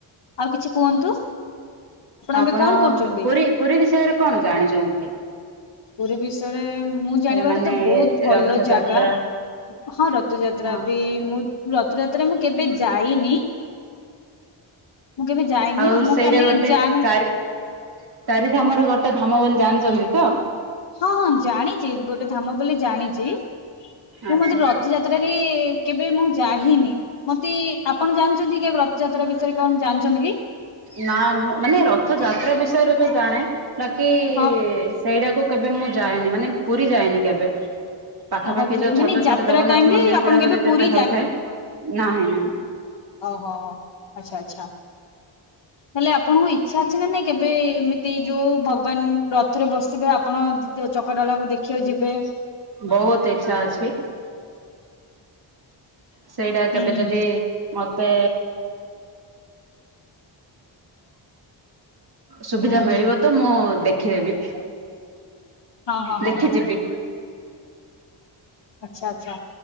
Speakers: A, on the left; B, on the right.
A: ଆଉ କିଛି କୁହନ୍ତୁ।
B: ଆପଣ
A: ଏବେ କଣ କରୁଛନ୍ତି?
B: ପୁରୀ ପୁରୀ ବିଷୟରେ କଣ ଜାଣିଚନ୍ତି?
A: ପୁରୀ ବିଷୟରେ ମୁଁ ଜାଣିବାରେ
B: ଏ ମାନେ
A: ତ ବହୁତ୍ ଭଲ
B: ରଥଯାତ୍ରା
A: ଜାଗା। ହଁ ରଥଯାତ୍ରା
B: ହଁ
A: ବି ମୁଁ ରଥଯାତ୍ରାରେ ମୁଁ କେବେ ଯାଇନି। ମୁଁ କେବେ ଯାଇନି।
B: ଆଉ
A: ମୁଁ
B: ସେଇଟା
A: ଖାଲି
B: ଗୋଟେ
A: ଜାଣେ
B: ଚାରି ଚାରି ଧାମ ରୁ ଗୋଟେ ଧାମ ବୋଲି ଜାଣିଚନ୍ତି ତ?
A: ହଁ ହଁ ଜାଣିଚି, ଗୋଟେ ଧାମ ବୋଲି ଜାଣିଚି। ମୁଁ
B: ଆଚ୍ଛା।
A: ମାତ୍ର ରଥଯା ତ୍ରାରେ କେବେ ମୁଁ ଯାହିନି। ମତେ ଆପଣ ଜାଣିଚନ୍ତି କି କେବେ ରଥଯାତ୍ରା ବିଷୟରେ କଣ ଜାଣିଚନ୍ତି କି?
B: ନା ମୁଁ ମାନେ ରଥ ଯାତ୍ରା ବିଷୟରେ ତ ଜାଣେ। ବାକି
A: ହଁ
B: ସେଇଟାକୁ କେବେ ମୁଁ ଯାଏନି। ମାନେ ପୁରୀ ଯାଇନି କେବେ। ପାଖାପାଖି
A: ଓହୋ
B: ଯୋଉ
A: ମାନେ
B: ଛୋଟ
A: ଯାତ୍ରା
B: ଛୋଟ ଜଗନ୍ନାଥ
A: ଟାଇମ ରେ
B: ମନ୍ଦିର
A: ଆପଣ
B: ଗୁଡାକରେ
A: କେବେ ପୁରୀ
B: ଯେବେ ହୋଇଥାଏ, ନାହିଁ ନାହିଁ।
A: ଅ ହୋ। ଆଚ୍ଛା ଆଚ୍ଛା। ହେଲେ ଆପଣଙ୍କୁ ଇଚ୍ଛା ଅଛି ନା ନାଇଁ କେବେ ଏମିତି ଯୋଉ ଭଗବାନ ରଥରେ ବସିବେ ଆ ଆପଣ ଯ ଚକାଡୋଳା କୁ ଦେଖିବାକୁ ଯିବେ।
B: ବହୁତ୍ ଇଚ୍ଛା ଅଛି। ସେଇଟା
A: ହୁଁ
B: କେବେ
A: ହୁଁ
B: ଯଦି ମତେ ସୁବିଧା
A: ହୁଁ ହୁଁ
B: ମିଳିବ ତ ମୁଁ ଦେଖିଦେବି।
A: ହଁ ହଁ
B: ଦେଖିଯିବି।
A: ହଁ ହ ଆଚ୍ଛା ଆଚ୍ଛା।